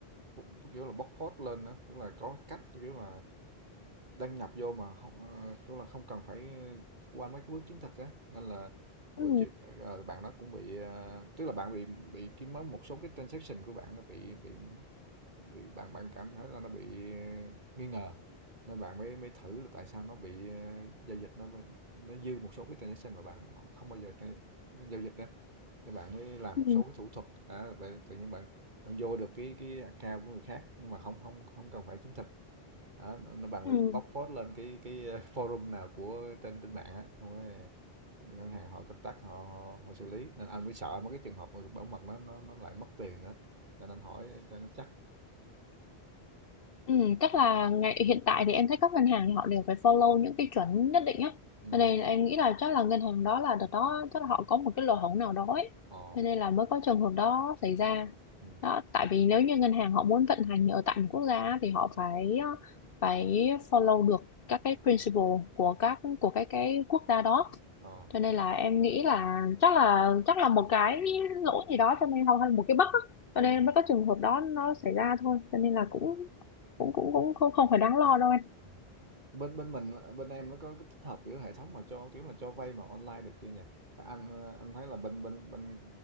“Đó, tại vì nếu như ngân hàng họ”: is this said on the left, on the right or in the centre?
Left